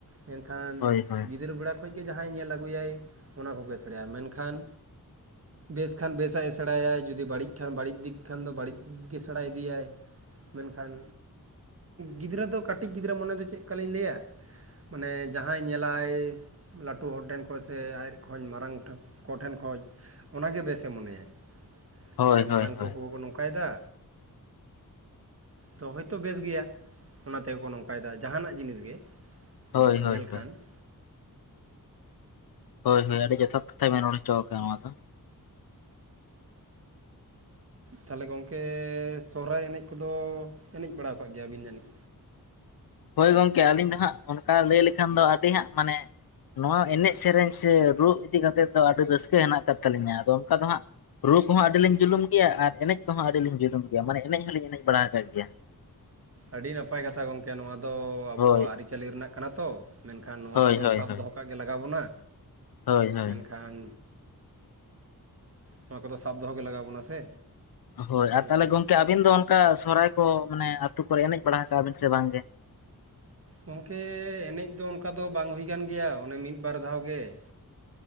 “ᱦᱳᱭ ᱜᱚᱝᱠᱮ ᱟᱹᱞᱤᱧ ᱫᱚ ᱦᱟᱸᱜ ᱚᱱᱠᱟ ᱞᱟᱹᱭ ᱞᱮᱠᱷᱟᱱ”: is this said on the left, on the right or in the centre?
Left